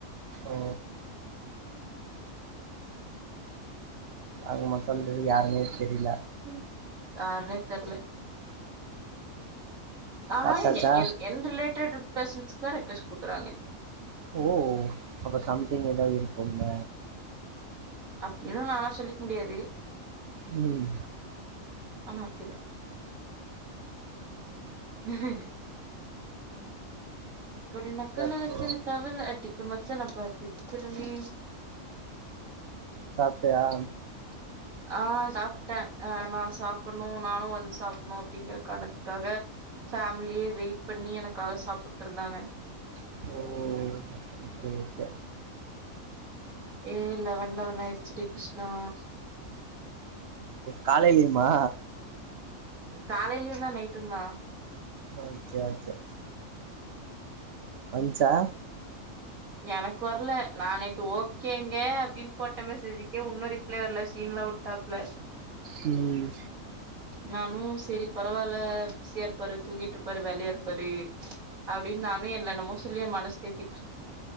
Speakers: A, on the right; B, on the right.
A: ஓ ஆக மொத் <unintelligible> யாருனே தெரில
B: ம் யாருனே தெர்ல ஆனா
A: சாப்பிட்டாச்சா
B: இங்க என் என் ரிலேட்டட் பர்சஸ்க்கா ரெக்வஸ்ட் குடுக்குறாங்க
A: ஓ அப்ப சம்திங் எதாவது இருக்கும்ல
B: அப்டின்னு நானா சொல்லிக்க முடியாது
A: ம்
B: ஆனா அப்டி தா <unintelligible> கொடி நக்கல
A: எப்போ
B: வச்சன்ன தவல அடிக்கு மச்சன பாத்து நிக்குறனே
A: சாப்டயா
B: ஆ சாப்ட்டே ஆ நான் சாப்புணு நானு வந்து சாப்புணு அப்டிங்கற காரணத்துக்காக ஃபேமிலியே வெயிட் பண்ணி எனக்காக சாப்புட்டு இருந்தாங்க
A: ஓ ஓகே ஓகே
B: ஏய் லெவன் லெவன் ஆயிடுச்சு டி கிருஷ்ணா
A: <inaudible> காலையிலியுமா
B: காலையிலுத்தா நைட்டுந்தா
A: ஓகே ஓகே வந்துச்சா
B: எனக்கு வர்ல நா நேத்து ஓகேங்க அப்டின்னு போட்ட மெசேஜ்க்கே இன்னு ரிப்ளே வர்ல சீன்ல விட்பாப்ல
A: ம்
B: நானு செரி பரவாயில்ல பிசியா இருப்பாரு தூங்கிட்டு இருப்பாரு வேலையா இருப்பாரு அப்டின்னு நானு என்னன்னமோ சொல்லி ஏ மனச தேத்